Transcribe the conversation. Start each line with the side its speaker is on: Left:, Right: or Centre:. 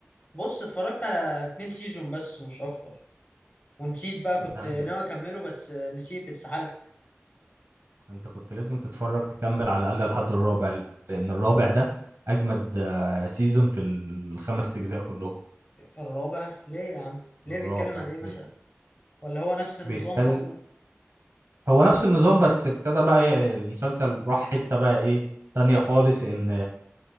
Left: بص اتفرجت على اتنين سيزون بس مش اكتر ونسيت بقى كنت
Right: لا
Left: ناوي
Right: انت
Left: اكمله بس نسيت اتسحلت
Right: انت كنت لازم تتفرج تكمل على الاقل لحد الرابع لان الرابع ده اجمد آه، سيزون في الخمس اجزاء كلهم
Left: الرابع ليه يا عم ليه
Right: الرابع
Left: بيتكلم عن ايه مثلا
Right: ليه
Left: ولا هو نفس النظام
Right: بيتكلم
Left: برضو
Right: هو نفس النظام بس ابتدى بقى ي- المسلسل راح حته بقى ايه تانية خالص ان